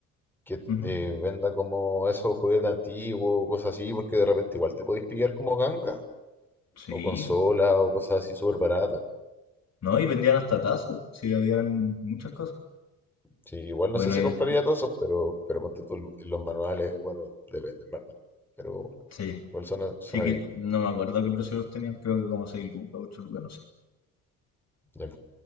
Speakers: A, in the centre; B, on the left.
A: que
B: Ujú.
A: eh, venda como esos juguetes antiguos, cosas así, porque de repente igual te podéis pillar como ganga
B: Sí.
A: o consola o cosas así súper baratas.
B: No, y vendían hasta tazos. Sí, habían muchas cosas.
A: Sí, igual no
B: Bueno,
A: sé si
B: y
A: compraría
B: después.
A: tazos, pero, pero ponte tú el- los manuales, bueno, depende, en verdad. Pero
B: Sí.
A: igual suena, suena
B: Sí que
A: bien.
B: no me acuerdo qué precios tenían, creo que como 6 lucas, 8 lucas, no sé.
A: Ya,